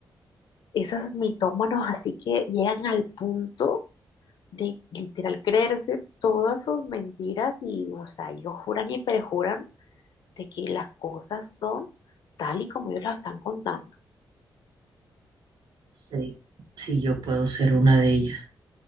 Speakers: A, on the left (about 70°); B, on the right (about 80°).
A: esos mitómanos así que llegan al punto de literal creerse todas sus mentiras y, o sea, ellos juran y perjuran de que las cosas son tal y como ellos las están contando.
B: Sí, sí, yo puedo ser una de ellas,